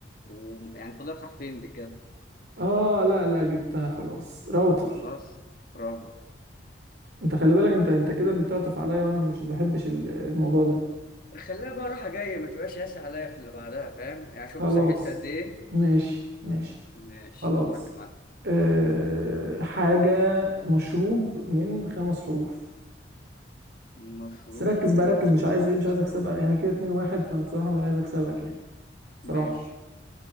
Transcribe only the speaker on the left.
ويعني فاضل لك حرفين بجد
خلاص برافو
خليها بقى راحة جاية ما تبقاش قاسي عليا في اللي بعدها فاهم يعني شفت
سهلت قد إيه
ماشي
دورك يا معلم
المشروب
من
خمس
حروف
ماشي